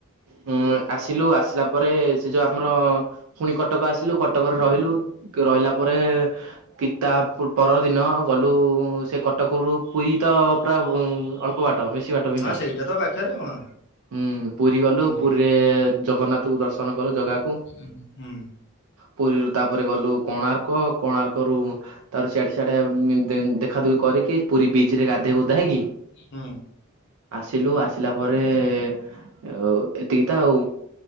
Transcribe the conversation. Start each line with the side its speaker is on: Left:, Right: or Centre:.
Right: ଉମ୍ ଆସିଲୁ ଆସିଲା ପରେ ସେ ଯୋଉ ଆମର ପୁଣି କଟକ ଆସିଲୁ କଟକରେ ରହିଲୁ କେ ରହିଲା ପରେ କି ତା ପରଦିନ ଗଲୁ ସେ କ ପୁରୁ ପୁରୀ ତ ପୁରା ଅଳ୍ପ ବା ଟ ବେଶୀ ବାଟ ବି
Left: ହଁ
Right: ନାହିଁ।
Left: ସେଇଟା ତ ପାଖରେ ହଁ
Right: ହୁଁ ପୁରୀ ଗଲୁ
Left: ହୁଁ।
Right: ପୁରୀରେ ଜଗନ୍ନାଥକୁ ଦର୍ଶନ କଲୁ ଜାଗାକୁ
Left: ହୁଁ ହୁଁ।
Right: ପୁରୀରୁ ତାପରେ ଗଲୁ କୋଣାର୍କ କୋଣାର୍କରୁ ତାର ସିଆଡେ ସିଆଡେ ଦେ-ଦେଖା ଦୁଖି କରିକି ପୁରୀ ବି ଚିରେ ଗାଧେଇ ଗୁଧା କି
Left: ହୁଁ
Right: ଆସିଲୁ ଆସିଲା ପରେ ଏ ଅ ଏତିକି ତ ଆଉ।